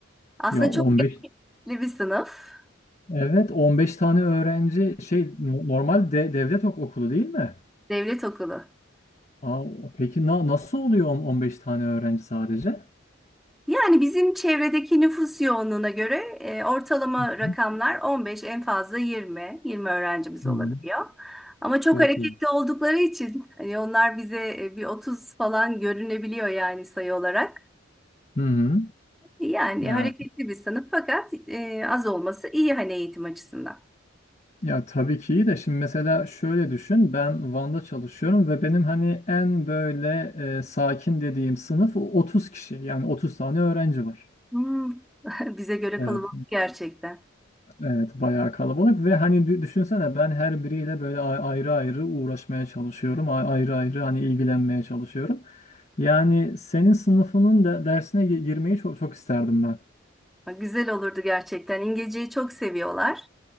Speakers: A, in the centre; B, on the left.
A: Aslında
B: Ya 15
A: çok renkli bir sınıf.
B: Evet 15 tane öğrenci şey no- normal de devlet ok- okulu değil mi?
A: Devlet okulu.
B: Aa, peki na nasıl oluyor on- 15 tane öğrenci sadece?
A: Yani bizim çevredeki nüfus yoğunluğuna göre e, ortalama
B: Hı
A: rakamlar
B: hı.
A: 15 en fazla 20, 20 öğrencimiz
B: Hı
A: olabiliyor.
B: hı.
A: Ama
B: Çok
A: çok hareketli
B: iyi.
A: oldukları için hani onlar bize e, bir 30 falan görünebiliyor yani sayı olarak.
B: Hı hı.
A: Yani
B: Ya
A: hareketli bir sınıf fakat e, az olması iyi hani eğitim açısından.
B: ya tabii ki iyi de şimdi mesela şöyle düşün ben Van'da çalışıyorum ve benim hani en böyle e, sakin dediğim sınıf 30 kişi yani 30 tane öğrenci var.
A: Hmm. <laughs> Bize göre
B: Evet.
A: kalabalık gerçekten.
B: Evet bayağı kalabalık ve hani dü- düşünsene ben her biriyle böyle a- ayrı ayrı uğraşmaya çalışıyorum. a- Ayrı ayrı hani ilgilenmeye çalışıyorum. Yani senin sınıfının da dersine gi- girmeyi çok çok isterdim ben.
A: Ha, Güzel olurdu gerçekten. İngilizceyi çok seviyorlar.